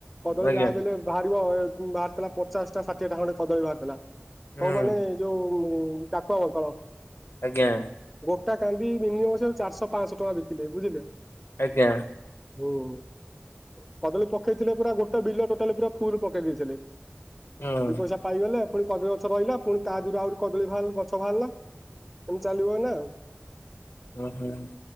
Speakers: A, in the centre; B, on the left (about 80°).
A: କଦଳୀ
B: ଆଜ୍ଞା
A: ଯାହାବି ହେଲେ ବାହାରିବ। ଥିଲା ପଚାଶ ଟା ଷାଠିଏ ଟା ଖଣ୍ଡେ କଦଳୀ ବାହାରି ଥିଲା। ସବୁ
B: ହୁଁ
A: ମାନେ ଯୋଉ କାକୁଆ ବତଳ।
B: ଆଜ୍ଞା।
A: ଗୋଟା କାନ୍ଧି ମିନିମମ ଚାରିଶହ- ପାଞ୍ଚଶହ ଟଙ୍କା ବିକିଲେ ବୁଝିଲେ?
B: ଆଜ୍ଞା।
A: ହୁଁ। କଦଳୀ ପକେଇଥିଲେ ପୁରା ଗୋଟେ ବିଲ ଟୋଟାଲି ପୁରା ଫୁଲ ପକେଇ ଦେଇଥିଲେ।
B: ହୁଁ।
A: ଦି ପଇସା ପାଇଗଲେ। ପୁଣି କଦଳୀ ଗଛ ରହିଲା, ପୁଣି ତା ଦେହରୁ ଆହୁରି କଦଳୀ ବାହାରି ଗଛ ବାହାରିଲା। ଏମିତି ଚାଲିବ ଏଇନା ଆଉ।
B: ହୁଁ ହୁଁ।